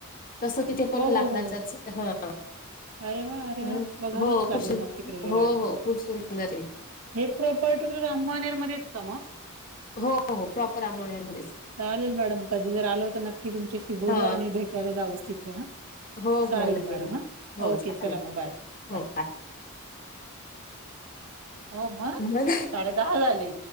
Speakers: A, on the left; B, on the right.
A: तस. तिथे पण
B: हो
A: लाकडाचाच
B: हो हो हो
A: हा.
B: अरे वा! अरे वा!
A: हम्
B: बघावंच
A: हो
B: लागेल
A: खूप
B: मग तिकडे गेल्यानंतर.
A: हो हो खूप सुंदर आहे
B: हे प्रॉपर्टी अंबानेर मध्ये च का म.
A: हो हो प्रॉपर आंबवण्यामध्येच
B: चालेल मॅडम कधी जर आलो तर नक्की तुमच्याशी बोलू
A: हा
B: आणि भेट. ला जाऊच तिथे ह
A: हो
B: चालेल
A: हो नक्की
B: मडॅम हा.
A: हो
B: ओके.
A: चालेल
B: चला बाय
A: हो
B: बाय. हो म,
A: बाय
B: साडे दहा झाले.